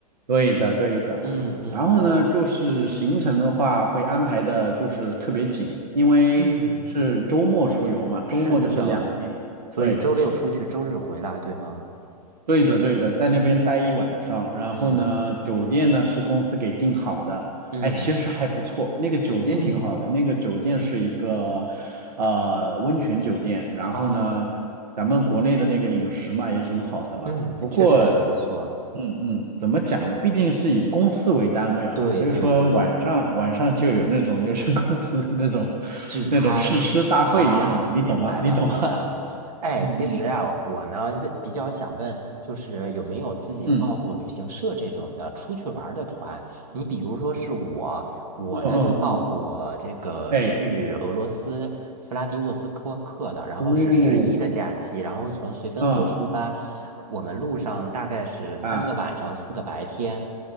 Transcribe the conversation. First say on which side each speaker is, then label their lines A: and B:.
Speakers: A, on the right; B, on the right.
A: 对的，对的。
B: 嗯嗯
A: 然后呢，就是行程的话会安排的，就是特别紧，因为是周末出游嘛，
B: 嗯。
A: 周末就是两天，
B: 是的，所以周六出去，
A: 对，
B: 周日回来，对吗？
A: 对的，对的，在那边待一晚上，
B: 嗯
A: 然后呢，
B: 嗯
A: 酒店呢是公司给订好的，
B: 嗯
A: 哎，其实还不错，那个酒店挺好的，
B: 嗯
A: 那个酒店是一个呃温泉酒店，然后呢，
B: 啊，
A: 咱们国内的那个饮食嘛也挺好的嘛，
B: 嗯，
A: 不过，
B: 确实是不错。
A: 嗯嗯，怎么讲呢？毕竟是以公司为单位啊，
B: 对对对，
A: 所以说晚上晚上就有那种就是公司的那种
B: 聚餐啊，
A: 那种誓师大会一样的，你懂吗？
B: 明白了，
A: 你懂吗？
B: 明白了。哎，
A: 嗯嗯
B: 其实啊，我呢比较想问，就是有没有自己报过旅行社这种的出去玩儿的团？
A: 嗯
B: 你比如说是我，我呢就报过这个去俄罗斯弗拉迪沃斯托克的，
A: 嗯嗯嗯，哎。
B: 然后是十一的假期，
A: 哦，
B: 然后从绥芬河出发，
A: 嗯
B: 我们路上大概是三个晚上，
A: 啊，
B: 四个白天。